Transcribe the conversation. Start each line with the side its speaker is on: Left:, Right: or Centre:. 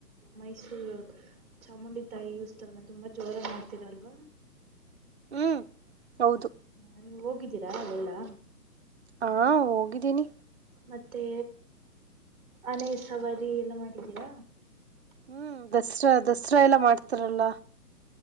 Centre: ಮೈಸೂರ್ ಚಾಮುಂಡಿ ತಾಯಿ ಉಸ್ತವನ ತುಂಬಾ ಜೋರಾಗ್ ಮಾಡ್ತೀರಲ್ವ.
Right: ಹ್ಮ್ ಹೌದು
Centre: ಹ್ಮ್ ನೀವು ಹೋಗಿದ್ದೀರಾ ಅಲ್ಲೆಲ್ಲಾ
Right: ಹಾ ಹೋಗಿದ್ದೀನಿ
Centre: ಮತ್ತೆ ಅನೆ ಸವಾರಿ ಎಲ್ಲ ಮಾಡಿದ್ದೀರ
Right: ಹ್ಮ್ ದಸ್ರಾ ದಸರಾ ಎಲ್ಲಾ ಮಾಡ್ತಾರಲ್ಲ.